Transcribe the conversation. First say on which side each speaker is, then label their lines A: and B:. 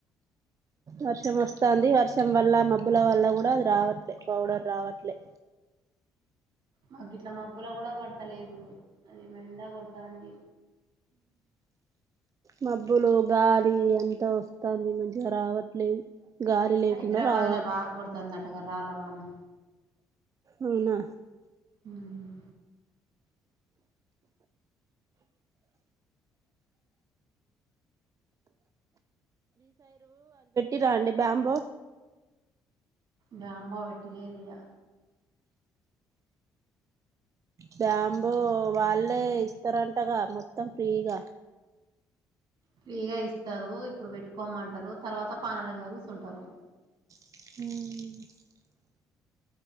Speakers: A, on the right; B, on the right.
A: వర్షం వస్తుంది వర్షం వల్ల మబ్బుల వల్ల కూడా అది రావట్లే పౌడర్ రావట్లే
B: మాకు ఇట్లా మబ్బుల కూడా పడత లేదు అది మెండ కొడతంది
A: మబ్బులు గాలి ఎంత వస్తుంది మంచిగా రావట్లేదు గాలి లేకుండా
B: హైదరాబాద్
A: రావాలి
B: లో బాగా కొడతాంది ఆట వార్ రాలవానా
A: అవునా
B: హ్మ్
A: ఇద అండి బాంబో
B: బామ్బో వెెట్టలేెరిగా
A: బ్యాంబో వాళ్ళే ఇస్తారంటగా మొత్తం ఫ్రీగా
B: ఫ్రీగా ఇస్తారు ఇప్పుడు పెట్టుకోమంటారు తర్వాత పానాల మీ కూసుంటారు
A: ము